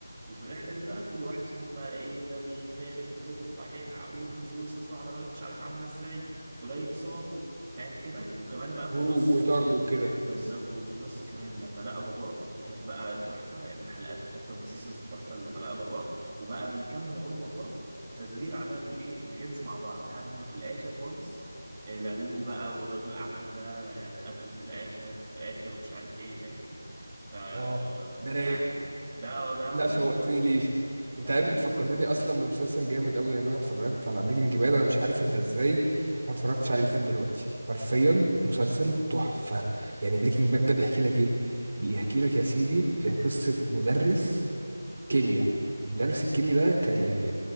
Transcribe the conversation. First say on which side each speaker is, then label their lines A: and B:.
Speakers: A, on the right; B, on the right.
A: وفي الرحلة دي بقى كل واحد فيهم بقى ايه ده بيتاخد يتخطف وبعد كده يلحقوه وينقذوه ويسافروا على بلد مش عارف عاملة ازاي وده يتصاب و... فاهم كده وكمان بقى في
B: هروب
A: النص
B: وطرد وكده
A: بالظبط وفي النص كمان لما لقى باباه دي كانت بقى تحفة يعني من الحلقات التحفة من السيزونز التحفة لما لقى باباه وبقى بيكمل هو باباه تدوير على الايه الكنز مع بعض لحد ما في الاخر خالص آه، لقوه بقى والراجل الاعمال ده آه، اتقتل في الاخر في الاخر ومش عارف ايه فاهم ف
B: اه ده رايق
A: يعني ده ده
B: لا
A: جميل
B: شوقتني
A: قوي
B: ليه انت
A: ده
B: عارف
A: حلو
B: انت فكرتني
A: قوي
B: اصلا بمسلسل جامد قوي يعني انا اتفرجت على بريكنج باد انا مش عارف انت ازاي ما اتفرجتش عليه لحد دلوقتي حرفيا مسلسل تحفه يعني بريكنج باد ده بيحكي لك ايه بيحكي لك يا سيدي آه، قصه مدرس كيمياء ومدرس الكيمياء ده كان يعني